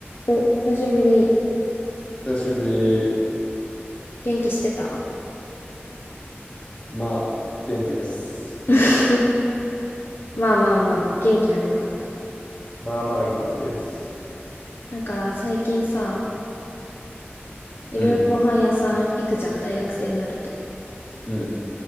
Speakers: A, on the left; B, on the left.
A: お、久しぶり。
B: 久しぶり。
A: 元気してた
B: まあ、元気です。
A: <laughs> まあまあまあ、元気ならよかった。
B: まあまあ元気です。
A: なんか最近さ、いろいろご飯屋さん行くじゃん、
B: うん、
A: 大学生になると。
B: うん、